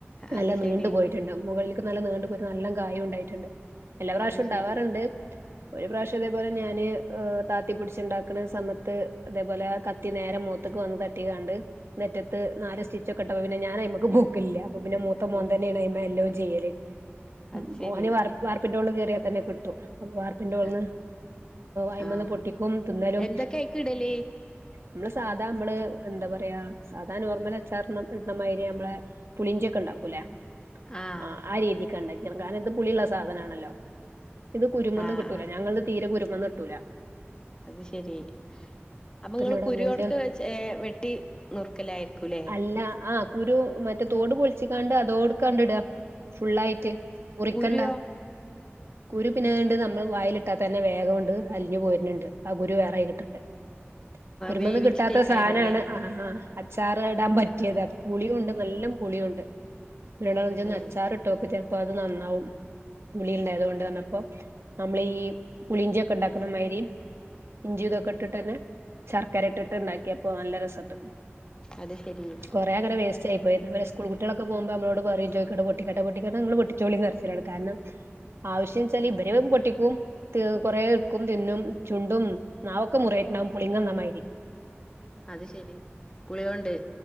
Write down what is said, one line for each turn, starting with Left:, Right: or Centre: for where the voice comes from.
Right: നല്ല
Left: അത്
Right: നീണ്ടു
Left: ശരി
Right: പോയിട്ട്ണ്ടാകും മുകളി നല്ലോ നീണ്ട് പോയിട്ട് നല്ലോ കായും ഉണ്ടായിട്ടുണ്ട് എല്ലാ പ്രാവശ്യം
Left: അത്
Right: ഉണ്ടാവാറുണ്ട്
Left: ശരി
Right: ഒരു പ്രാവശ്യം അത് പോലെ ഞാാന് താത്തിപ്പിടിച്ചുണ്ടാക്കുന്ന സമയത്ത് അതേപോലെ കത്തി നേരെ മൂത്തക്ക് വന്ന് തട്ടി കാണ്ട് നെറ്റത്ത് നല് സ്റ്റിച്ച ഒക്കെ അപ്പ പിന്നെ ഞൻ നമക്ക് പോക്കില്ല പ്പോ പിന്നെ മൂത്തമോൻ
Left: ഇല്ല
Right: തന്നെയ അ്മ എല്ലാം ചെയ്യേല് ഉ
Left: അത് ശരി
Right: ഓന് വാർപ്പിന്റെ ഉള്ളിൽ തന്നെ കിട്ടും വാർ പിന്റെടെന്ന്
Left: ആഹ്
Right: അയ്മന്ന്
Left: ആഹ്
Right: പൊട്ടിക്കും തിന്നാലും
Left: എന്തൊക്കെ അയിക്ക് ഇടല്
Right: നമ്മള് സാധാ നമ്മള് എന്താ പറയാ സാധാ നോർമൽ അച്ചാർണ് ഇടണമാതിരി നമ്മളെ പുളിഞ്ചൊക്കെ ഉണ്ടാക്കൂല്ലേ
Left: ആഹ്
Right: ആ ആ രീതിക്കണ്ടൻ <unintelligible> ഇത് പുളിയള്ള സാധന ആണല്ലോ ഇത് കുരുമന്ന്
Left: ആഹ്
Right: കിട്ടും
Left: ആഹ്
Right: ഞങ്ങള് തീരെ കുരു വന്നിട്ടൂല
Left: അത് ശെരി അപ്പൊ നിങ്ങൾ
Right: എന്നോട്
Left: കുരുവോടക്ക
Right: പറഞ്ഞ്
Left: വെച്ച് വെട്ടി നുറക്കലായിരിക്കൂല്ലേ
Right: അല്ല ആ കുരു മറ്റേ തോട് പൊളിച്ചിക്കാണ്ട് അതോടുക്കാണ്ട്ടാ ഫുള്ളായിട്ട് മുറിക്കണ്ട
Left: കുരുവോ
Right: കുരു പിന്നെണ്ട് നമ്മൾ വായിലിട്ടാത്ത തന്നെ വേഗം കൊണ്ട് അലിഞ്ഞു പോര്ന്നുണ്ട് ആ കുരു വേറായി കിട്ടണ്ടേ കുരുമന്ന്
Left: വേവിച്ചിട്ടേക്കാരല്ലേ
Right: കിട്ടാത്ത സാനാണ് ആ ആ അച്ചാറ് ഇടാൻ പ പറ്റിയതാ അപ്പൊ പുളിയുണ്ട് നല്ല പുളിയുണ്ട് വേണോചി
Left: അത്
Right: ഒന്ന്
Left: ശരി
Right: അച്ചാറുട്ട് നോക്ക് ചിലപ്പോ അത് നന്നാവും പുളി ഉണ്ടായതുകൊണ്ടാണ് അപ്പോൾ നമ്മളെ ഈ പുളിഞ്ചൊക്കെ ഉണ്ടാക്കണ മാരി ഇഞ്ചി ഇതൊക്കെ ഇട്ടിട്ട് തന്നെ ശർക്കര ഇട്ടിട്ട് ഇണ്ടാക്കിയപ്പോ നല്ല രസണ്ട്
Left: അത് ശരി
Right: കുറെേ അങ്ങനെ വേസ്റ്റ് ആയി പോയി അവരെ സ്കൂൾ കുട്ടികളൊക്കെ പോകുമ്പോ നമ്മളോട് <unintelligible> പൊട്ടിക്കട്ടെ പൊട്ടിക്കട്ടെ നിങ്ങള് പൊട്ടിച്ചോളിന്ന് കാരണം ആവേശ്യവെച്ചാൽ ഇവര് ടിക്കും <unintelligible> കുറേക്കും തിന്നും ചുണ്ടും നാവക്കെ മുറിയിട്ടുണ്ടാവും <unintelligible> ശരി
Left: അത് ശെരി പുളിയുണ്ട്